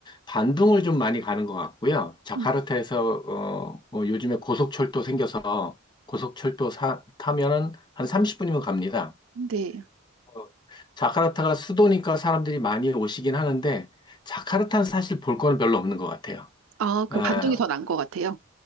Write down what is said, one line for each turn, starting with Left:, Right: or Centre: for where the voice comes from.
Left: 반둥을 좀 많이 가는 것 같고요. 자카르타에서,
Right: 음,
Left: 어, 어, 요즘에 고속철도 생겨서 고속철도 사- 타면은 한 30분이면 갑니다.
Right: 네.
Left: 어, 자카르타가 수도니까 사람들이 많이 오시긴 하는데, 자카르타는 사실 볼 거는 별로 없는 것 같아요.
Right: 아, 그럼
Left: 어,
Right: 반동이 더 난 것 같아요.